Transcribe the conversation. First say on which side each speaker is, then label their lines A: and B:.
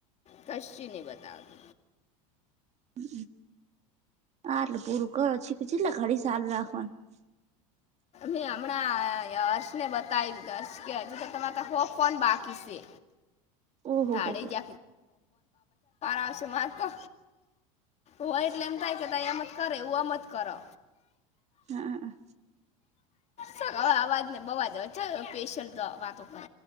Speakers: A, on the left (about 40°); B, on the right (about 40°).
A: કશું નય બતાવે.
B: હ આ આટલું પૂરું કરો કે છેટલા ઘડી ચાલું રાખવાનું? <inaudible>
A: મેં હમણાં હર્ષને બતાવી દીધ હર્ષ કે હજુ તો તમારે તો હો ફોન બાકી છે.
B: ઓહો
A: તાડે
B: હો
A: <unintelligible>
B: હો
A: આવશે મારે તો હોય એટલે એમ થાય કે ત એમ જ કરે એવું એમ જ કરો.
B: હા.
A: ચલ અવે અવાજને બવાજ હવે ચલ પેશન્ટ જોડ વાતો કરે